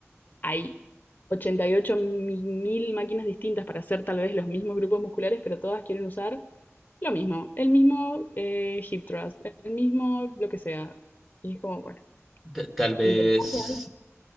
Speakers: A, on the left (about 35°); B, in the centre.
A: Hay 88 mi- mil máquinas distintas para hacer tal vez los mismos grupos musculares, pero todas quieren usar lo mismo, el mismo eh, hip thrust, el mismo lo que sea. Y es como, bueno,
B: Ta- Tal vez,
A: inventarse algo.